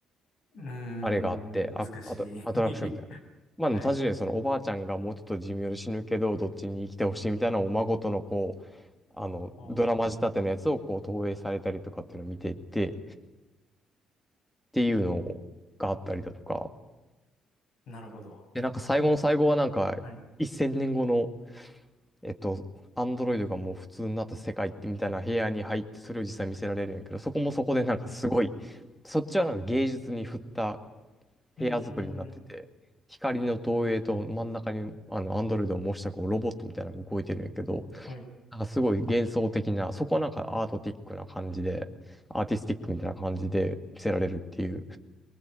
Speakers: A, on the left; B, in the centre.
A: ーん、
B: あれがあって、
A: 難しい。
B: あ、あと、
A: <laughs>
B: アトラクションみたいな。まあでも確かにそのおばあちゃんがもうちょっと寿命で死ぬけど、
A: はい。
B: どっちに生きてほしいみたいなのをお孫とのこう、あの、
A: ああ、
B: ドラマ仕立てのやつをこう投影されたりとかっていうのを見ていって、っていうのがあったりだとか、
A: なるほど。
B: で、なんか最後の最後はなんか、
A: うんはい。
B: 1000年後の、えっと、アンドロイドがもう普通になった世界ってみたいな部屋に入って、それを実際見せられるんやけど、そこもそこでなんかすごい、
A: うん。
B: そっちはなんか芸術に振った
A: うーん。
B: 部屋作りになってて、光の投影と真ん中にあのアンドロイドを模したこうロボットみたいなのが動いてるんやけど、
A: はい。
B: なんかすごい幻想的な、そこはなんかアートティックな感じで、アーティスティックみたいな感じで見せられるっていう、